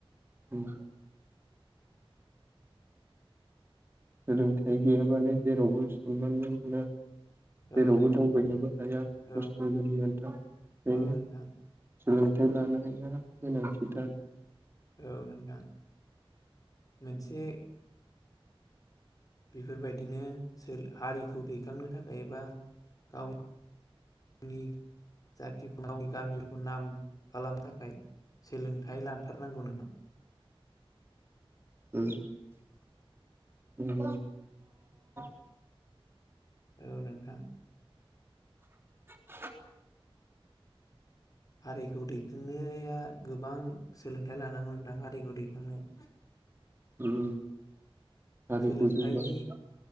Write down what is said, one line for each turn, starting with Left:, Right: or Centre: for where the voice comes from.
Right: उम सोलोंथाइ
Left: नों
Right: गैयाबानो जेरावबो सनमानबो मोना
Left: औ
Right: जेरावबो
Left: नोंथां
Right: दावबायनोबो हाया
Left: औ
Right: खस्थ' जायो नोंथां बेखायनो
Left: औ नोंथां
Right: सोलोंथाइ लानाया गोनांथिथार
Left: औ नोंथां मोनसे बेफोरबायदिनो सोर हारिखौ दैखांनो थाखायबा गाव नि जाथिखौ गावनि गामिखौ नाम खालामनो थाखाय सोलोंथाइ लाथारनांगौ नोंथां
Right: उम उम <unintelligible>
Left: औ नोंथां
Right: <unintelligible>
Left: हारिखौ दैखांनाया गोबां सोलोंथाइ लानांगौ नोंथां हारिखौ दैखांनो <unintelligible>
Right: उम हारिखौ
Left: सोलोंथाइनि
Right: जौगाहोनो